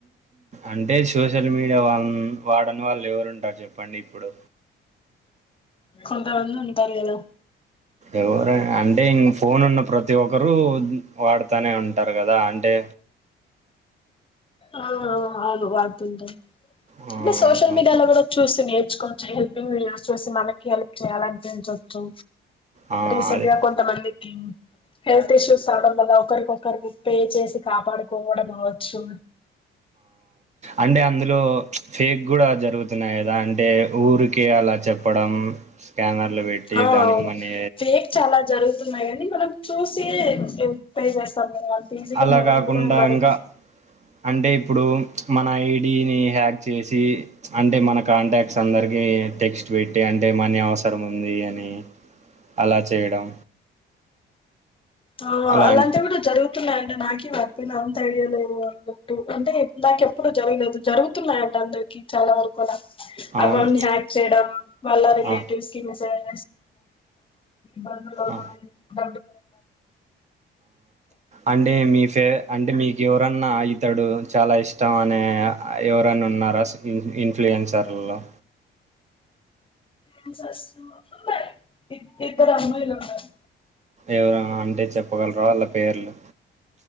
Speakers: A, on the right (about 35°); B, on the left (about 25°).
A: అంటే సోషల్ మీడియా వాళ్ళ వాడని వాళ్ళు ఎవరు ఉంటారు చెప్పండి ఇప్పుడు
B: కొంత మంది ఉంటారు కదా
A: ఎవరు అంట అంటే ఇం ఫోన్ ఉన్న ప్రతి ఒక్కరుూ వాడుతానే ఉంటారు కదా అంటే
B: ఆ అను వాడుతూ వుంటారు
A: ఆ
B: ఇ సోసిల్ మీడియాలో బ చూస్తు హెల్పింగ్స్ చూసి మనకి హెల్ప్ చేయాలనిపించవచ్చు
A: ఆ
B: రీసెంట్గా
A: అదే
B: కొంతమందికి హెల్త్ ఇష్యూస్ రావడం వాళ్ళ ఒకరికొకరు ముప్పే చేసి కాపాడుకోవడం అవచ్చు
A: అంటే అందులో ఫేక్ కూడా జరుగుతున్నాయి కదా అంటే ఊరికే అలా చెప్పడం స్కానర్లు పెట్టి
B: ఆ
A: దానికి
B: అవును
A: మనీ
B: ఫేక్ చాలా జరుగుతున్నాయి అని మనం చూసి పే చేస్తాం అంత ఈజీగా
A: అలా
B: మనం
A: కాకుండా
B: కూడా మనకి
A: ఇంకా అంటే ఇప్పుడు మన ఐ ీని హ్యాక్ చేసి అంటే మన కాంటాక్ట్స్ అందరికి టెక్స్ట్ పెట్టి అంటే మనీ అవసరం ఉంది అని అలా చేయడం
B: ఆ
A: అలాంటి
B: అలాంటివి కూడా జరుగు న్నాయండి నాక వారిపోయిన అంత ఐడియా లేవు అన్నట్టు అంటే నాక ఎప్పుడుూ జరగలేదు జరుగుతున్నాయండి అందరికి చాలా వరకు అలా
A: అవును
B: అకౌంట్ ని హయాక్ట్ చేయడం వాళ్ళ రిలేటివ్స్
A: ఆ
B: కి మెసజ్ బంద
A: ఆ
B: కాయి
A: అంటే మీ ఫే అంటే మీకు ఎవరన్నా ఇతడు చాలా ఇష్టం అనే ఎవరన్నా ఉన్నారా ఇన్ఫ్లుయెన్సర్లో
B: ఇన్ఫ్లుయెన్స్ లో ఉన్నారు ఇద్దరు అమ్మాయిలు ఉన్నారు
A: ఎవరా అ అంటే చెప్పగలరా వాళ్ళ పేర్లు